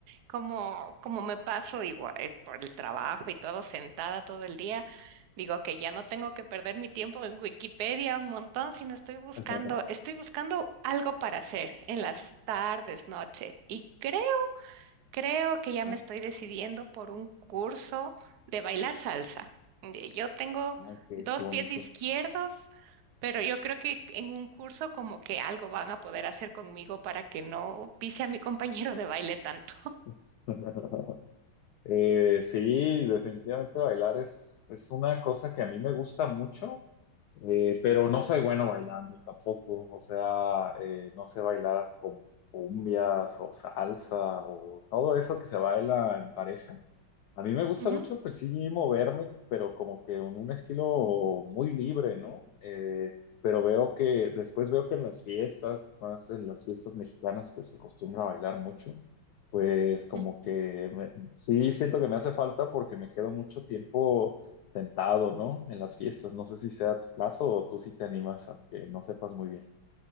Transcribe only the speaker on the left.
<laughs>
Ah,
Ok,
qué bonito.
<laughs> Eh, sí, definitivamente bailar es, es una cosa que a mí me gusta mucho. Eh, pero no soy bueno bailando tampoco, o sea, eh, no sé bailar como cumbias o salsa o todo eso que se baila en pareja. A mí me gusta
mucho, pues sí, moverme, pero como que en un estilo muy libre, ¿no? Eh, pero veo que, después veo que en las fiestas, más en las fiestas mexicanas, pues se acostumbra a bailar mucho. Pues como
que me- sí siento que me hace falta porque me quedo mucho tiempo sentado, ¿no? En las fiestas. No sé si sea tu caso o tú sí te animas, aunque no sepas muy bien.